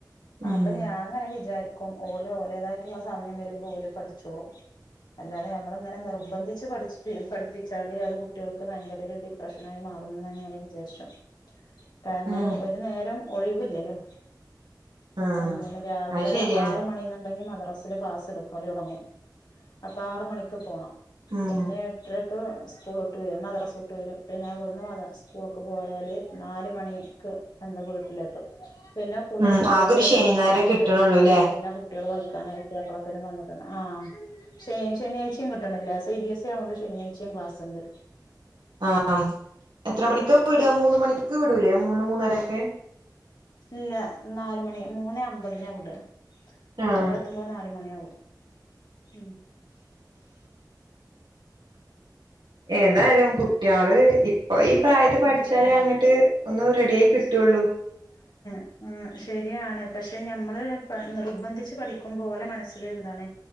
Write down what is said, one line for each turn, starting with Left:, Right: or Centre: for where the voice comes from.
Right: ഉം
Left: അപ്പൊ ഞാൻ അങ്ങനെ വിചാരിക്കും ഓലോ ഓലേതായിട്ടുള്ള സമയം വരുമ്പോൾ ഓലോ പഠിച്ച ചോളും അല്ലാതെ നമ്മളിങ്ങനെ നിർബന്ധിച്ച് പഠ പഠപ്പിച്ചാല് അത് കുട്ടികൾക്ക് ഭയങ്കര ഒരു ഡിപ്രഷന ആായി മാറ മാറങ്ങനെ വിചാരിച്ചു കാരണം
Right: ഉം
Left: ഒരു നേരം ഒഴിവില്ലല്ലോ
Right: ആഹ്
Left: എന്ത രാവിലെ
Right: അത് ശരിയാണ്
Left: ആറ മണീന്നുണ്ടെങ്കിൽ മദ്രാസിൽ ക്ലാസ് എടുക്കാലേ തുടങ്ങും അപ്പൊ ആറ മണിക്ക് പോണം
Right: ഉം
Left: പിന്നെ എട്ടരക്ക് സ്കൂൾ ട്ട്ും മദ്രസ്ൊട്ട് വരും പിന്നെ അവിടുന്ന് സ്കൂളക്ക് പോയാല് നാലല് മണിക്ക് എന്റെറെ വീട്ടിൽ പിന്നെ കുുള്ളിയൊക്കെ
Right: ഉം
Left: കഴിഞ്ഞ്
Right: ആകെ ഒരു
Left: വല്ല
Right: ശനി
Left: ഭക്ഷണം
Right: ഞായറേ കിട്ടണള്ളൂല്ലേ
Left: കഴിക്കുമ്പോഴൊക്കെ പിന്നെ കുട്ടികൾ കളിക്കാനായിട്ടാപ്പളക്കനന് വന്നിട്ടു ആ ശ ശനിയാഴ്ചയും കിട്ടണില്ല സി ബി എസ് ആവോൊണ്ട് ശനിയാഴ്ചയും ക്ലാസ് ഉണ്ട്
Right: ആഹ എത്ര മണിക്കൊെ വിട മൂന്ന മണിക്ക് വിടല്ലേ മൂന്ന് മൂന്നരൊക്കെ
Left: ഇല്ല നാലുമണി മൂന്നേ അമ്പതിനെവിട
Right: ആഹ്
Left: ഇവിടെ എത്തുമ്പോ നാല മണിയ ആകും ഉം
Right: ഏതായാലും കുട്ടികള് അപ്പൊ ഈ പ്രായത്ത് പഠിച്ചാലേ
Left: ഉം ഉം
Right: അങ്ങിട്ട് ഒന്ന് റെഡി ആയി കിട്ടുള്ളു
Left: ആ ശരിയാണ് പക്ഷെ ഞമ്മള് നിർബന്ധിച്ച് പഠിക്കും പോോലെ മനസ്സിൽ എന്താണ്